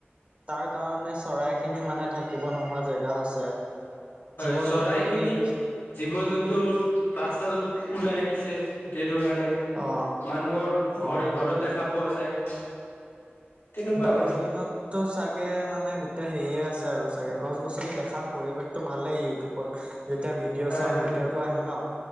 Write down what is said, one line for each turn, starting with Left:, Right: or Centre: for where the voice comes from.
Right: তাৰ কাৰণে চৰাইখিনিও মানে থাকিব নোহোৱা জেগা হৈছে।
Left: হয়,
Right: জীৱ
Left: চৰাই
Right: জন্তু খিনি-
Left: জীৱ জন্তু ৰাস্তাত ওলাই আহিছে। সেইটো কাৰণে,
Right: অ
Left: মানুহৰ
Right: অ
Left: ঘৰে ঘৰত দেখা পোৱা যায়। তেনেকুৱা
Right: দাৰ্জিলিঙত-
Left: মানে
Right: তো চাগে মানে গোটেই হেৰিয়ে আছে আৰু চাগে গছ গছনি দেখাত পৰিৱেশতটো ভালেই ইউটিউবত। যেতিয়া ভিডিঅ'- ভিডিঅ'
Left: হয়,
Right: চাওঁ
Left: হয়,
Right: ভিডিঅ' টো আহে ন,